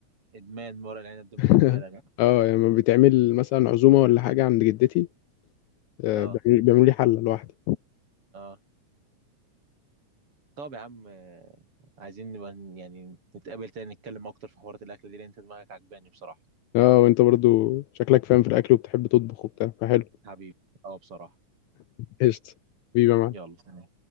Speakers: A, on the right (about 40°); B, on the left (about 75°).
A: ادمان ورق العنب ده
B: <laughs>
A: بالنسبه لك
B: أه يعني لما بتعمل مثلا عزومة ولا حاجة عند جدتي آه،
A: اه
B: بيعملوا بيعملوا لي حلة لوحدي
A: اه طب يا عم آه، عايزين نبقى ن- يعني نتقابل تاني نتكلم اكتر في حوارات الاكل دي لان انت دماغك عجباني بصراحه
B: أه وأنت برضه شكلك فاهم في الأكل وبتحب تطبخ وبتاع فحلو
A: حبيبي اه بصراحه
B: قشطة بيبقى معاك
A: يلا سلام